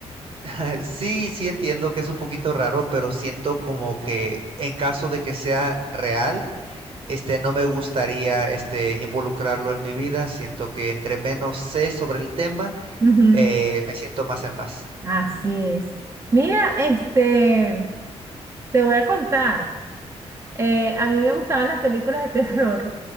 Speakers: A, on the right (about 55°); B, on the right (about 25°).
A: <laughs> Sí, sí entiendo que es un poquito raro, pero siento como que en caso de que sea real, este, no me gustaría este, involucrarlo en mi vida. Siento que entre menos sé sobre el tema,
B: Ujú.
A: eh, me siento más en paz.
B: Así es. Mira, este, te voy a contar. Eh, a mí me gustaban las películas de terror,